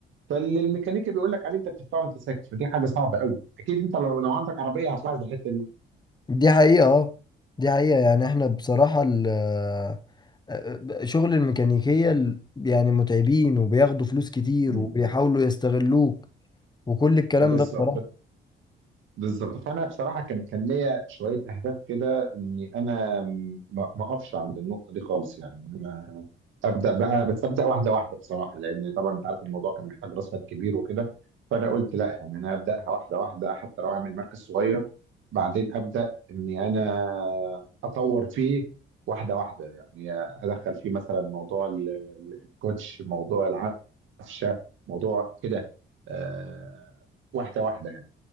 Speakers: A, on the right; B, on the left.
A: فالميكانيكي بيقول لك عليه انت بتدفعه وانت ساكت فدي حاجه صعبه قوي اكيد انت لو لو عندك عربيه هتلاحظ الحته دي
B: دي حقيقة اه دي حقيقة يعني احنا بصراحة ال آه، آه، شغل الميكانيكية ال- يعني متعبين وبياخدوا فلوس كتير
A: امم
B: وبيحاولوا يستغلوك وكل الكلام
A: بالظبط
B: ده بصراحة
A: بالظبط فانا بصراحه كان كان ليا شويه اهداف كده اني انا م- ما ما اقفش عند النقطه دي خالص يعني ابدا بقى بس ابدا واحده واحده بصراحه لان طبعا انت عارف الموضوع كان محتاج راس مال كبير وكده فانا قلت لا يعني انا ابداها واحده واحده حتى لو اعمل مركز صغير بعدين ابدا اني انا اطور فيه واحده واحده يعني ادخل فيه مثلا موضوع ال- ال- الكوتش موضوع العفشه موضوع كده آه، واحده واحده يعني